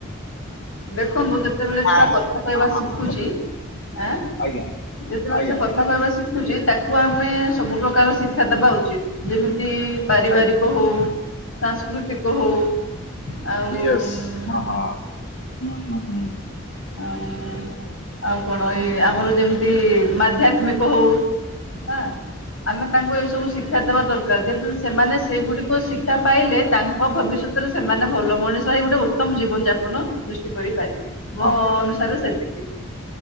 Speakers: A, on the left; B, on the left.
A: ଦେଖନ୍ତୁ ସେ ଯେତେବେଳେ
B: ହଁ
A: ଛୁଆ କଥା କହିବା
B: ହଁ
A: ଶିଖୁଛି,
B: ହଁ
A: ଆ
B: ଆଜ୍ଞା
A: ଯେତେବେଳେ
B: ଆଜ୍ଞା
A: ସେ କଥା କହିବା ଶି ଖୁଚି ତାକୁ ଆମେ ସବୁ ପ୍ରକାର ଶିକ୍ଷା ଦେବା ଉଚିତ ଯେମିତି ପାରିବାରିକ
B: ଆଜ୍ଞା
A: ହଉ ସାଂସ୍କୃତିକ ହଉ ଆଉ
B: ୟେସ୍ ହଁ ହଁ ହଁ ହଁ
A: ଆ ଉଁ ଆଉ କଣ ଏଇ ଆମର ଯେମିତି ମାଧ୍ୟାତ୍ମିକ ହଉ। ଆଁ ଆମେ ତାଙ୍କୁ ଏସବୁ ଶିଖ କ୍ଷା ଦେବା ଦରକାର ଯେହେତୁ ସେମାନେ ସେଗୁଡ଼ିକ ଶିକ୍ଷା ପାଇଲେ ତାଙ୍କ ଭବିଷ୍ୟତରେ ସେମାନେ ଭଲ ମଣିଷ ହେଇ ଗୋଟେ ଉ ତ୍ତମ୍ ଜୀବନ ଯାପନ ସୃଷ୍ଟି କରିପାରିବେ
B: ହୁଁ
A: ମୋ ଅନୁସାରେ ସେମିତି।